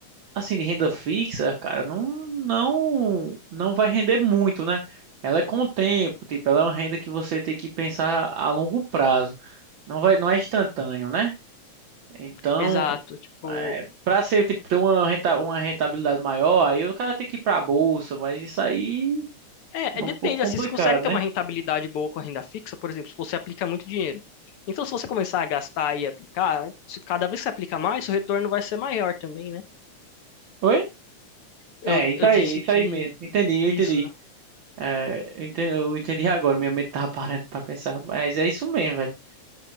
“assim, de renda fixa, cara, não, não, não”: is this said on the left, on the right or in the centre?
Right